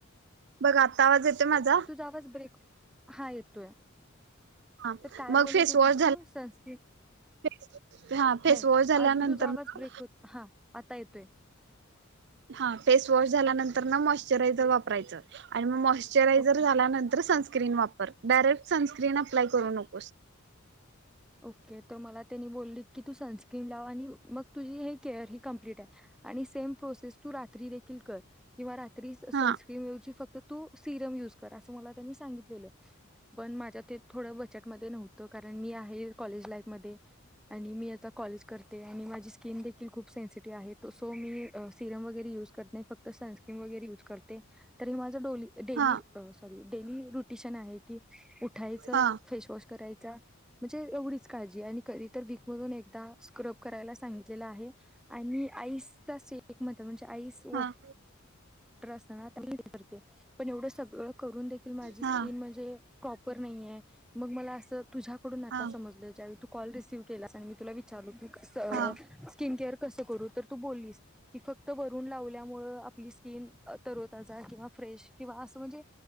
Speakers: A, on the right; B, in the centre.
A: बघ आता आवाज येतोय माझा
B: तुझा आवाज ब्रेक हा येतोय
A: हा
B: तर काय
A: मग
B: बोलत
A: फेसवॉश
B: होतीस तू सन स्क्रीम
A: झाल्यानंतर हा फेसवॉश
B: नाही
A: झाल्यानंतर
B: अजून तुझा आवाज
A: ना
B: ब्रेक होतय हा आता येतोय
A: हा फेस वॉश झाल्यानंतर र मॉइश्चरायझर वापरायचं. मॉइश्चरायजर
B: ओके
A: झाल्यानंतर सनस्क्रीम- स्क्रीन डायरेक्ट सनस्क्रीनवर अप्लाय करू नको.
B: ओके. तर मला त्यांनी बोलले की तू सनस्क्रीन लाव आणि मग तुझी ही केअर ही कम्प्लीट आहे आणि सेम प्रोसेस तू रात्री देखील कर किंवा रा त्री सनस्क्रीन
A: हा
B: ऐवजी फक्त तू सिरम युज कर असं मला त्यांनी सांगितलेलं पण माझ्या ते थोड बच मध्ये नव्हतं कारण मी आहे आताकॉलेज लाईफ मध्ये, आणि मी आता कॉलेज करते आणि माझी स्किन देखील खूप सेन्सिटी आहे तो सो मी सिरम वगैरे युज करत नाही फक्त सनस्क्रीम वगैरे युज करते तरी माझं डेली
A: हा
B: सॉरी डेली रुटिशन आहे कि उठायचं
A: हा
B: करायचा म्हणजे एवढीच काळजी आणि कधी तर वीक मधून एकदा स्क्रब करायला सांगितलेलं आहे. आणि आईस शे <unintelligible> मध्ये आ म्हणज आईस वॉ वॉटर
A: हा
B: असताना <unintelligible> करते. पण एवढं सगळं करून देखील माझी
A: हा
B: स्किन म्हणजे प्रॉपर नाही आहे मग मला असं तुझ्या कडून आता
A: हा
B: समजलं ज्यावेळी तू कॉल रिसीव केलास आणि मी तुला विचारलू की अ
A: हा
B: स्किन केअर कस करू तर तू बोललीस की फक्त वरून लावल्यामुळे आपली स्किन तरोताजा किंवा फ्रेश किंवा असं म्हणजे